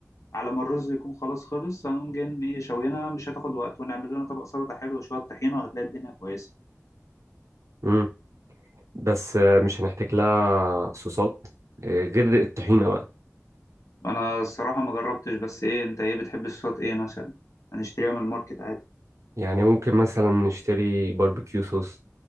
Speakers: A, on the left; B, on the right.
A: على ما الرز يكون خلاص خلص هنقوم جايين ايه شوينا مش هتاخد وقت ونعمل لنا طبق سلطة حلو وشوية طحينة وهتلاقي الدنيا كويسة
B: امم بس آه، مش هنحتاج لها صوصات آه، غير الطحينة بقى
A: انا الصراحة ما جربتش بس ايه انت ايه بتحب الصوت ايه مثلا هنشتريها من الماركت عادي
B: يعني ممكن مثلا نشتري باربيكيو صوص